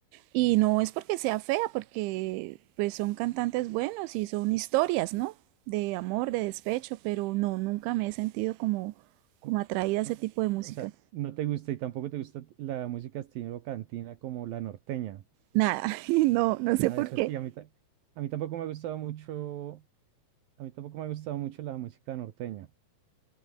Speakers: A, on the right (about 85°); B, on the right (about 70°).
A: y no es porque sea fea, porque pues son cantantes buenos y son historias, ¿no? De amor, de despecho, pero no, nunca me he sentido como, como
B: No,
A: atraída a ese
B: no,
A: tipo de música.
B: o sea, no te gusta y tampoco te gusta la música estilo cantina como la norteña.
A: Nada, <laughs> no, no sé
B: Nada
A: por
B: de eso
A: qué.
B: sí, a mí, ta- a mí tampoco me ha gustado mucho, a mí tampoco me ha gustado mucho la música norteña.